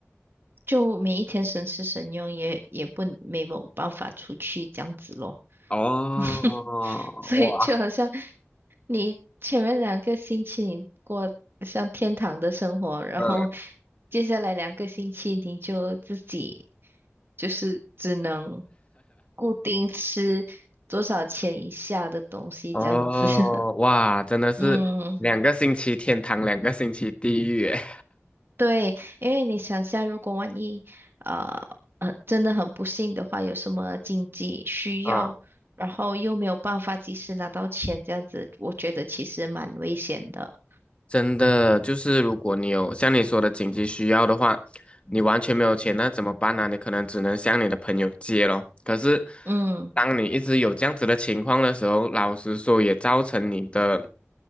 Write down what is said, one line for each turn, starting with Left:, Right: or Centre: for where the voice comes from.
Right: 就每一天省吃省用也，也不没有办法出去这样子咯。
Left: 哦，
Right: <laughs> 所以就好像
Left: 哇，
Right: 你前面两个星期你过像天堂的生活，然后
Left: 嗯，
Right: 接下来两个星期你就自己就是只能固定吃多少钱以下的东西这样子。
Left: 哦，
Right: <laughs>
Left: 哇，真的是两个星期天堂，
Right: 嗯，
Left: 两个星期地狱诶。
Right: 对，因为你想下，如果万一呃呃真的很不幸的话，有什么紧急需要，
Left: <laughs>
Right: 然后又没有办法及时拿到钱，这样子，我觉得其实蛮危险的。
Left: 真的就是如果你有像你说的紧急需要的话，你完全没有钱，那怎么办呢、你可能只能向你的朋友借咯。可是，
Right: 嗯。
Left: 当你一直有这样子的情况的时候，老实说也造成你的